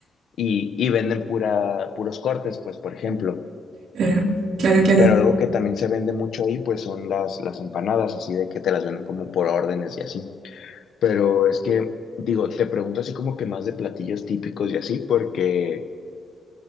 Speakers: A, on the left; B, on the right.
A: y, y venden pura, puros cortes, pues, por ejemplo.
B: Claro, claro, claro.
A: Pero algo que también se vende mucho ahí, pues, son las, las empanadas, así de que te las venden como por órdenes y así. Pero es que, digo, te pregunto así como que más de platillos típicos y así, porque...